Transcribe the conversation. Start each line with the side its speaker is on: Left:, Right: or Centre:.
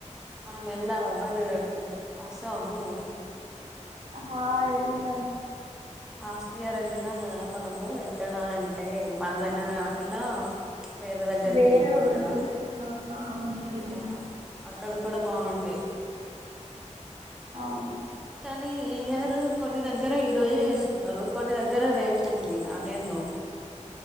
Centre: మనం వెళ్దామా మరి రేపు వస్తవ నువ్వు
Right: ఆ ఎల్ల్దం
Centre: లాస్ట్ ఇయర్ ఏళ్ళినం గదా మనము ఎక్కడ అంటే మన దగ్గర కాకుండా వేరే దగ్గరికి
Right: వేరే
Centre: వెళ్ళినాం
Right: <unintelligible>
Centre: కదా
Right: ఆ అవును వెళ్లినం
Centre: ఆ అక్కడ కూడా బాగుండే
Right: అవును
Centre: కానీ ఈ ఇయరు కొన్ని దగ్గర ఈ రోజే చేసుకున్నారు కొన్ని దగ్గర రేపు ఉంది అదేందో